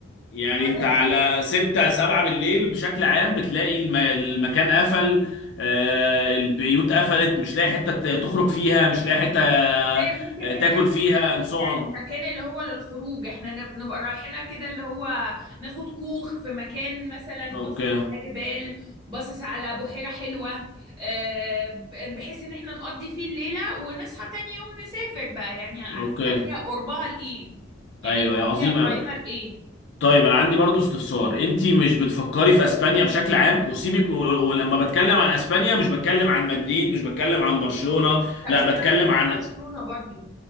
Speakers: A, on the left; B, on the right.
A: يعني
B: بصراحة
A: انت على 6 7 بالليل بشكل عام بتلاقي الم... المكان قفل أه البيوت قفلت مش لاقي حتة ت- تخرج فيها مش لاقي حتة آه،
B: فاهم ممكن هي
A: تاكل
B: ما تبقاش
A: فيها
B: دي
A: and so on
B: المكان اللي هو للخروج احنا نب- نبقى رايحينها كده اللي هو ناخد كوخ في مكان مثلا
A: اوكي
B: باصص على جبال باصص على بحيرة حلوة آه، بحيث ان احنا نقضي فيه الليلة ونصحى تاني يوم نسافر بقى يعني على
A: اوكي
B: حسب هي قربها لإيه يعني
A: ايوه أيوة، عظيم
B: هي قريبة
A: قوي
B: لإيه
A: طيب انا عندي برضو استفسار انتي مش بتفكري في اسبانيا بشكل عام وسيبك و- ولما بتكلم عن اسبانيا مش بتكلم عن مدريد مش بتكلم عن برشلونة
B: طب
A: لا
B: بس انا
A: بتكلم
B: عايزة اروح
A: عن
B: برشلونة برضو